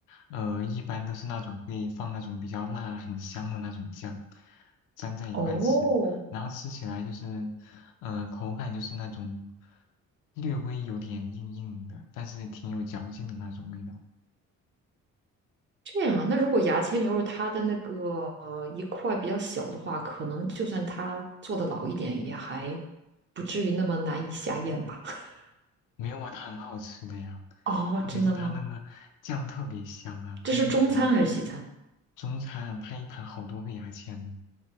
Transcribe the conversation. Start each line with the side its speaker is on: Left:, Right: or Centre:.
Left: 呃一般都是那种会放那种比较辣很香的那种酱，粘在一块吃，
Right: 哦，
Left: 然后吃起来就是呃口感就是那种略微有点硬硬的，但是挺有嚼劲的那种味道。
Right: 这样啊。那如果牙签牛肉它的那个呃一块比较小的话，可能就算它做的老一点，也还不至于那么难以下咽吧？<laughs>
Left: 没有啊，它很好吃的呀，
Right: 哦，
Left: 特别是它那个酱特别香啊，
Right: 真的吗？
Left: 它一盘
Right: 这是中餐还是西餐？
Left: 中餐它一盘好多个牙签呢。